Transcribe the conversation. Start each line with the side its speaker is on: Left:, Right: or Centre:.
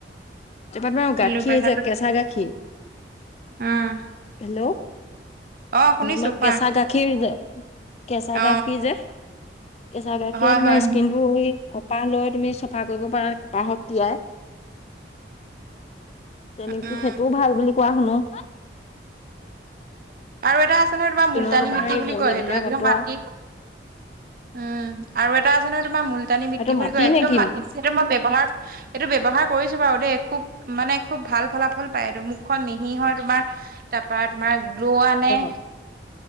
Left: তপাত ম গাখীৰ
Right: এল'ভেৰাটো
Left: যে, কেঁচা গাখীৰ
Right: উম
Left: হেল্ল', উ
Right: অ শুনিছো
Left: ম
Right: কোৱা
Left: কেচা গাখিৰ যে কেঁচা
Right: অ
Left: গাখীৰ যে কেচা গাখিৰে
Right: হয়
Left: তোমাৰ
Right: হয়
Left: স্কিনটো ই কপাহ লৈ তুমি চফা কৰিব পাৰা, কপাহত তিয়াই। তেনেক
Right: উম
Left: সেইটোও ভাল বুলি কোৱা শুনো।
Right: আৰু এটা আছে নহয় তমা
Left: স্কিনৰ
Right: মুলতানী
Left: তোমাৰ
Right: মিতি
Left: এই
Right: বুলি
Left: মলি
Right: কয় সেইটো
Left: বিলাক
Right: একদম
Left: আঁতৰা
Right: মাটি উম- আৰু এটা আছে নহয় তোমাৰ মূল টানী মিটি
Left: সেইটো
Right: বুলি
Left: মাটি
Right: কয় একদম
Left: নে কি?
Right: মাটি সেইটো মই ব্যৱহাৰ সেইটো ব্যয়ৱহাৰ কৰিছো বাৰু- দ খুব মানে খুব ভাল ফলাফল পায় এই মুখখন মিহি হয় তোমাৰ তাৰ পৰাা তোমাৰ- পোৱা নে-
Left: অ